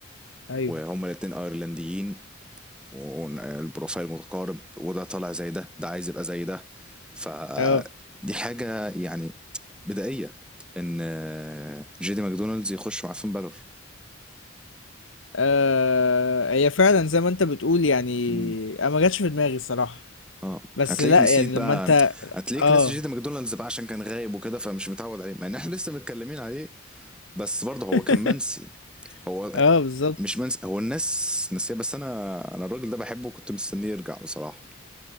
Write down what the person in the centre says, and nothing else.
وهما الاتنين ايرلنديين والبروفايل متقارب وده طالع زي ده ده عايز يبقى زي ده فدي
حاجة يعني بدائية ان جي دي ماكدونالدز يخش مع فين بالور
مم.
اه
هتلاقيك
نسيت
بقى
هتلاقيك
ناسي جيدي ماكدونالدز بقى عشان كان غايب وكده فمش متعود عليه مع ان احنا لسه متكلمين عليه بس برضه هو
كان منسي هو
مش منسي هو الناس نسيه بس انا انا الراجل ده بحبه وكنت مستنيه يرجع بصراحة